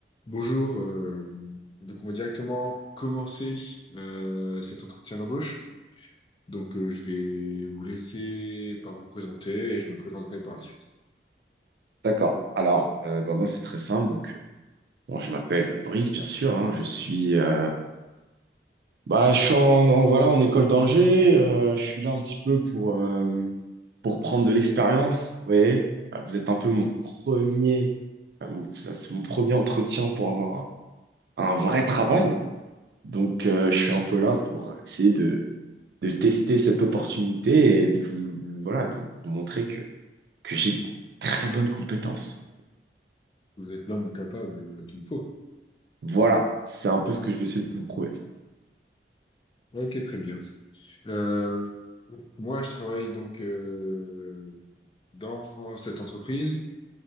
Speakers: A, on the left; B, on the right.
A: Bonjour, euh, donc on va directement commencer euh, cet entretien d'embauche. Donc euh, je vais vous laisser par vous présenter et je me présenterai par la suite.
B: D'accord. Alors, euh, bah, moi, c'est très simple. Donc, euh, bon, je m'appelle Brice, bien sûr. hein. Je suis, euh, bah, je suis en, en- voilà, en école d'ingé. Euh, je suis là un petit peu pour, euh, pour prendre de l'expérience. Vous voyez, Euh, vous êtes un peu mon premier, euh, mon- ça, c'est mon premier entretien pour avoir un, un vrai travail. Donc, euh, je suis
A: D'accord?
B: un peu là pour essayer de, de tester cette opportunité et de vous, voilà, de vous montrer que, que j'ai de très bonnes compétences.
A: Vous êtes l'homme capable qu'il me faut.
B: Voilà, c'est un peu ce que je vais essayer de vous prouver.
A: Ok, très bien. Euh, donc, moi, je travaille donc euh, dans cette entreprise